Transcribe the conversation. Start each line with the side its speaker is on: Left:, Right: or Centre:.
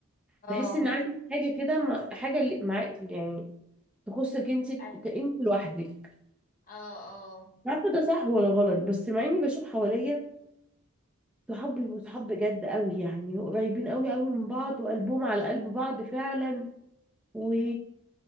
Left: اه
Centre: بحس ان عندي حاجه كده ما- حاجه اللي مع يعني تخصك انت
Left: اه
Centre: انت لوحدك
Left: اه آه.
Centre: مش عارفه ده صح ولا غلط بس مع اني بشوف حواليا صحابي
Left: م-
Centre: وصحاب بجد قوي يعني قريبين قوي قوي من بعض وقلبهم على قلب بعض فعلا و
Left: م.